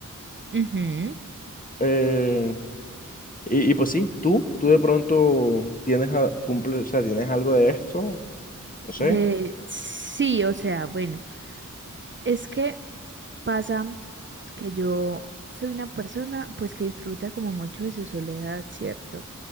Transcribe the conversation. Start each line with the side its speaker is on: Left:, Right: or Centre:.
Right: Ujú.
Left: Eh, y, y pues sí, tú, tú de pronto tienes, a- cumple, o sea, tienes algo de esto, no sé.
Right: De, sí, o sea, bueno, es que pasa que yo soy una persona, pues que disfruta como mucho de su soledad, ¿cierto?